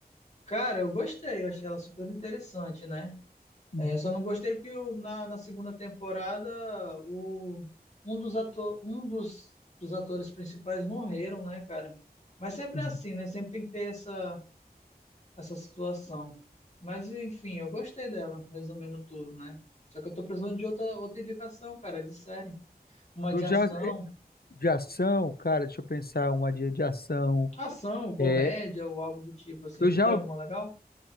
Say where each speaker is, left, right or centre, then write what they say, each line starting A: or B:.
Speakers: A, on the left; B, on the left.
A: Cara, eu gostei, eu achei ela super interessante, né?
B: Uhum,
A: É, só não gostei porque eu- na, na segunda temporada o, um dos, ato, um dos, dos atores principais morreram, né, cara? Mas sempre
B: uhum.
A: é assim, né? Sempre tem que ter essa. essa situação. Mas enfim, eu gostei dela, resumindo tudo, né? Só que eu tô precisando de outra, outra indicação, cara, de série. Uma
B: Eu
A: de
B: já,
A: ação,
B: é, de ação, cara, deixa eu pensar uma de, de ação.
A: ação, comédia
B: É,
A: ou algo do tipo assim.
B: eu
A: Tu
B: já,
A: tem alguma legal?